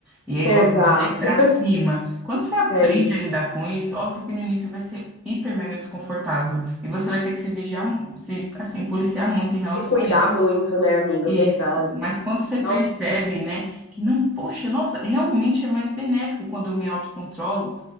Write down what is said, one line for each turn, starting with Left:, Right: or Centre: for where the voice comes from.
Centre: e aí
Left: Exato,
Centre: gosta de ir pra cima. Quando você aprende
Left: é isso.
Centre: a lidar com isso, óbvio que no início vai ser hiper mega desconfortável. E você vai ter que se vigiar, mu- se, assim, policiar muito em relação
Left: Se cuidar
Centre: a isso.
Left: muito, né, amiga?
Centre: Isso.
Left: Verdade.
Centre: Mas quando você percebe,
Left: Não
Centre: né, que não, poxa, nossa, realmente é mais benéfico quando eu me autocontrolo,